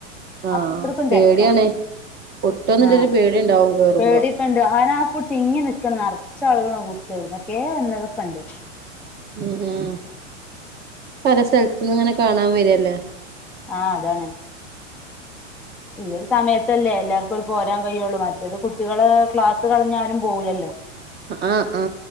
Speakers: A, on the right (about 25°); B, in the centre.
A: ആഹ്
B: അത്രക്കും
A: പേടിയാണ്
B: തെരക്കാ
A: പൊട്ടോന്നുള്ളൊരു
B: ആഹ്
A: പേടിണ്ടാവും കേറുമ്പോ
B: പേടിക്കെണ്ട് അയിനാ ഫുൾ തിങ്ങി ന്ക്കാണ് നർ ച്ചാളുകളാ അങ്ങോട്ട് കേറ്ന്നെ എവിട്ന്നക്കെ വന്നതൊക്കണ്ട്
A: ഉം ഉം പല സ്ഥലത്തുന്ന്‌ ഇങ്ങനെ കാണാൻ വര് അല്ലേ
B: ആഹ് അതാണ് ഈ ഒരു സമയത്തല്ലേ എല്ലാർക്കും ഒരു പോരാൻ കഴിയുള്ളു മറ്റത് കുട്ടികള ക്ലാസ് കളഞ്ഞാലും പോവൂലല്ലോ
A: ആ ആ